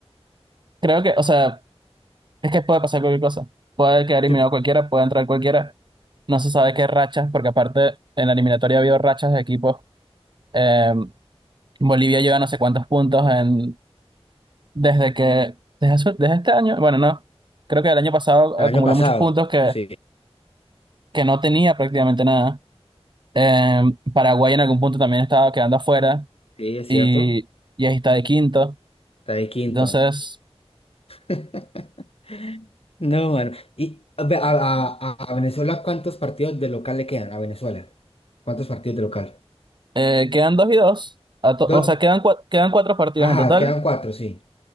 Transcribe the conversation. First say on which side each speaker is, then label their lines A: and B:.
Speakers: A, on the right (about 45°); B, on the left (about 65°).
A: creo que, o sea, es que puede pasar cualquier cosa. Puede quedar eliminado
B: sí,
A: cualquiera, puede entrar cualquiera. No se sabe qué rachas, porque aparte en la eliminatoria ha habido rachas de equipos. Eh, Bolivia lleva no sé cuántos puntos en, desde que, desde, su- desde este año, bueno, no. Creo que el año pasado
B: el
A: acumuló
B: año pasado.
A: muchos puntos que
B: Sí,
A: que no tenía prácticamente nada. Eh, Paraguay en algún punto también estaba quedando afuera
B: sí, es
A: y,
B: cierto.
A: y ahí está de quinto.
B: Está de quinto.
A: Entonces,
B: <laughs> No, mano. ¿Y a, ve- a- a- a Venezuela cuántos partidos de local le quedan a Venezuela? ¿Cuántos partidos de local?
A: eh, quedan dos y dos. A to-
B: Dos.
A: o sea, quedan, cua- quedan cuatro partidos
B: Ajá,
A: en total
B: quedan cuatro, sí.